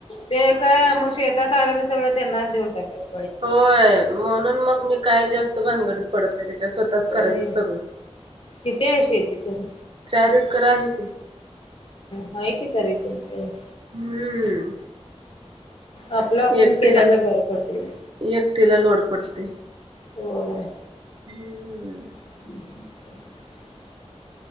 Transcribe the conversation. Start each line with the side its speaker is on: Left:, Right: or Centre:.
Left: ते काय मग शेतात आलेलं सगळं त्यांनाच देऊन टाकायचे.
Right: होय म्हणून मग मी काय जास्त भानगडीत पडत नाही त्याच्या स्वतः स्वताच
Left: होय
Right: करायचं सगळं,
Left: किती आहे शेती तरी
Right: चार एकर आहे की
Left: हाय की तरीपण चार एकर.
Right: हम्म
Left: आपलं आपण
Right: एकटीला
Left: केल्याला बरं पडतेबाई.
Right: एकटीला लोड पडतय
Left: होय.
Right: हम्म.
Left: <inaudible>